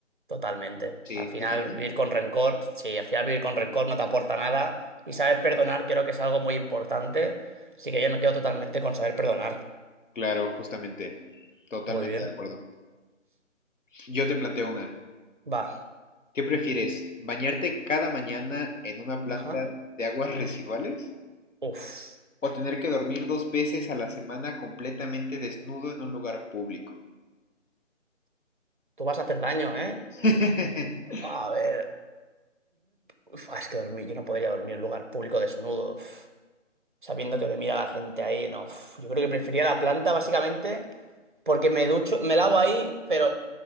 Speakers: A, on the right; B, on the left.
A: Totalmente.
B: Sí,
A: Al final
B: ¿tú también?
A: vivir con rencor, sí, al final vivir con rencor no te aporta nada y saber perdonar creo que es algo muy importante, así que yo me quedo totalmente con saber perdonar.
B: Claro, justamente. Totalmente
A: Muy bien.
B: de acuerdo. Yo te planteo una.
A: Va.
B: ¿Qué prefieres? ¿Bañarte cada mañana en una planta
A: Ajá.
B: de aguas residuales?
A: Uf,
B: ¿O tener que dormir dos veces a la semana completamente desnudo en un lugar público?
A: tú vas a hacer daño, ¿eh?
B: <laughs>
A: A ver. Uf, es que dormir, yo no podría dormir en un lugar público desnudo, uf, sabiendo que me mira la gente ahí, no. uf. Yo creo que preferiría la planta básicamente Porque me ducho, me lavo ahí, pero